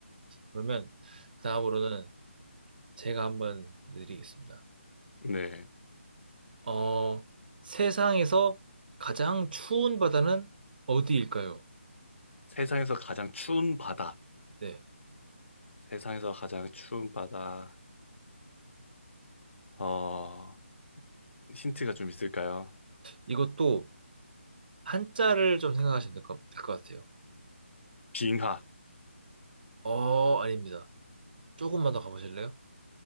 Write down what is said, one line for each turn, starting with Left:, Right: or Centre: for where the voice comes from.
Right: 그러면 그 다음으로는 제가 한번 드리겠습니다.
Left: 네.
Right: 어, 세상에서 가장 추운 바다는 어디일까요?
Left: 세상에서 가장 추운 바다.
Right: 네.
Left: 세상에서 가장 추운 바다. 어, 힌트가 좀 있을까요?
Right: 이것도 한자를 좀 생각하시면 될 것, 될것 같아요.
Left: 빙하.
Right: 어, 아닙니다. 조금만 더 가보실래요?